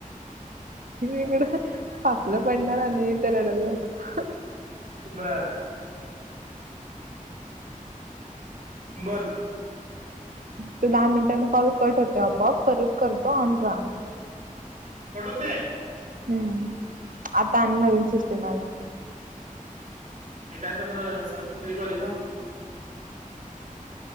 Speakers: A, on the right (about 75°); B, on the right (about 50°).
A: इकडं फसलं पण, ना न इ रडत बसलो.
B: बर बोल
A: ते दहा मिनिटांन कॉल कट होत आपोआप परत करतो, ऑन रहा ‌.
B: कट होतंय?
A: हम्म आता आणि नवीन सिस्टीम आल्या.
B: हे काय तर ख सारखं चेंज वाले का?